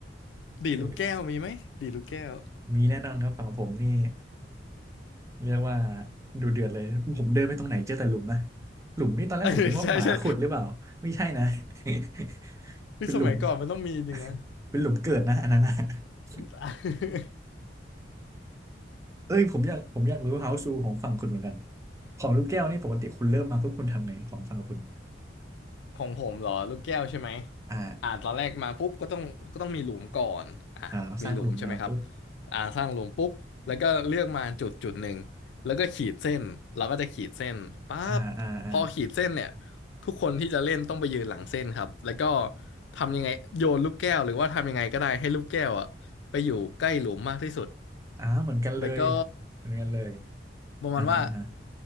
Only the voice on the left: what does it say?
ดีดลูกแก้วมีไหมดีดลูกแก้ว
เออใช่ใช่
นี่สมัยก่อนมันต้องมีจริงนะ
<laughs>
ของผมเหรอลูกแก้วใช่ไหม
อ่าตอนแรกมาปุ๊บก็ต้องก็ต้องมีหลุมก่อนอ่ะมีหลุมใช่ไหมครับ
อ่าสร้างหลุมปุ๊บแล้วก็เลือกมาจุดจุดหนึ่งแล้วก็ขีดเส้นเราก็จะขีดเส้นปั๊บพอขีดเส้นเนี่ย
ทุกคนที่จะเล่นต้องไปยืนหลังเส้นครับแล้วก็ทำยังไงโยนลูกแก้วหรือว่าทำยังไงก็ได้ให้ลูกแก้วอ่ะไปอยู่ใกล้หลุมมากที่สุด
แล้วก็
ประมาณว่า